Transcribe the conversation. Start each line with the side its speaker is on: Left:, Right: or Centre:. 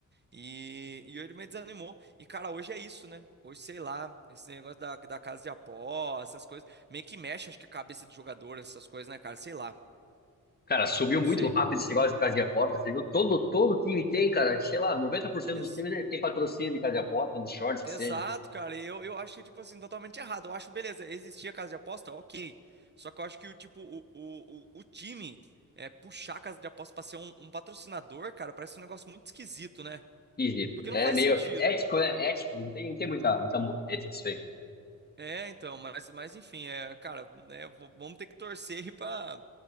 Right: E, e ele me desanimou. E, cara, hoje é isso, né? Hoje, sei lá, esse negócio da, da casa de apostas, essas coisas. Meio que mexe, acho que a cabeça de jogador, essas coisas, né, cara? Sei lá.
Left: Cara, subiu
Right: Eu não
Left: muito
Right: sei.
Left: rápido esse negócio de casa de aposta, você viu? Todo, todo time tem, cara, sei lá, 90%
Right: Ex-
Left: dos times eh, tem patrocínio de casa de aposta, dos shorts, que
Right: exato,
Left: seja.
Right: cara. E Eu, eu achei, tipo assim, totalmente errado. Eu acho, beleza, existia casa de aposta, ok. Só que eu acho que o tipo, o, o, o, o time é, puxar a casa de aposta pra ser um, um patrocinador, cara, parece um negócio muito esquisito, né?
Left: Esquisito.
Right: Porque não
Left: É
Right: faz
Left: meio
Right: sentido.
Left: ético, né? Ético, não tem, não tem muita, muita mo- ética isso aí.
Right: É, então, mas, mas enfim, é, cara, né, v- vamos ter que torcer aí pra.